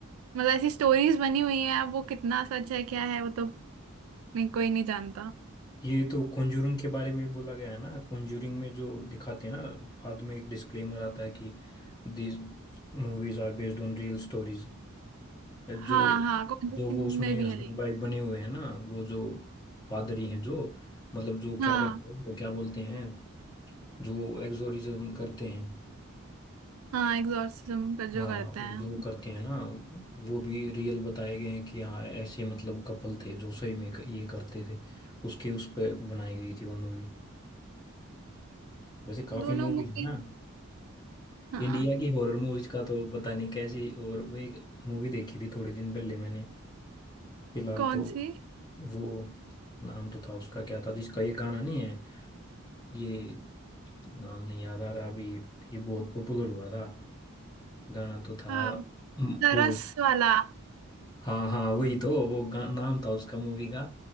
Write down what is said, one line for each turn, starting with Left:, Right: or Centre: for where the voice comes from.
Right: मतलब ऐसी स्टोरीज बनी हुई हैं अब वो कितना सच है क्या है वो तो नहीं कोई नहीं जानता
Left: ये तो कॉन्जूरिंग के बारे में बोला गया है ना कॉन्जूरिंग में जो दिखाते हैं ना बाद में एक डिस्क्लेमर आता है कि these movies are based on real stories जो
Right: हाँ हाँ कॉन्जरिंग
Left: जो वो उसमें
Right: में भी
Left: हस्बैंड
Right: है
Left: वाइफ बने हुए हैं ना वो जो पादरी हैं जो मतलब जो
Right: हाँ
Left: क्या करते हैं वो क्या बोलते हैं जो एग्जोरिज्म करते हैं
Right: हाँ एग्जॉर्सिज्म का
Left: हाँ
Right: जो करते
Left: वो
Right: हैं
Left: जो करते हैं ना वो भी रियल बताए गए हैं कि हाँ ऐसे मतलब कपल थे जो सही में ये करते थे उसके उस पर बनाई गई थी वो मूवी वैसे काफी
Right: दोनों
Left: मूवीज
Right: मूवी
Left: है ना
Right: हाँ
Left: इंडिया की हॉरर मूवीज का तो पता नहीं कैसी और वो एक मूवी देखी थी थोड़े दिन पहले मैंने फिलहाल
Right: कौन
Left: तो
Right: सी
Left: वो नाम तो था उसका क्या था जिसका ये गाना नहीं है ये नाम नहीं याद आ रहा अभी ये बहुत पॉपुलर हुआ था गाना तो था
Right: हाँ
Left: हम्म,
Right: तरस
Left: वो
Right: वाला
Left: हाँ हाँ वही तो वो गा, नाम था उसका मूवी का